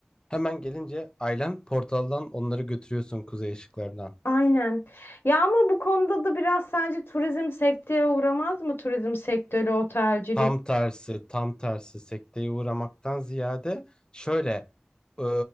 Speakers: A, on the left; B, on the left.
A: Hemen gelince ailen portaldan onları götürüyorsun kuzey ışıklarına.
B: Aynen. Ya ama bu konuda da biraz sence turizm sekteye uğramaz mı? Turizm sektörü, otelcilik.
A: Tam tersi, tam tersi sekteye uğramaktan ziyade şöyle e,